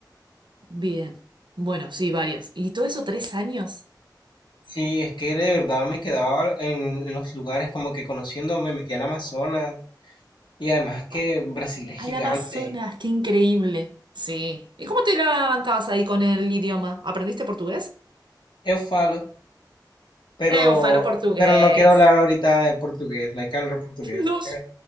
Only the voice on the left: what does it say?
Sí, es que de verdad me quedaba en los lugares como que conociendo, me metí al Amazonas y además que
Brasil es gigante.
Eu falo, pero
pero no quiero hablar
ahorita de portugués, no hay que hablar portugués,
hay que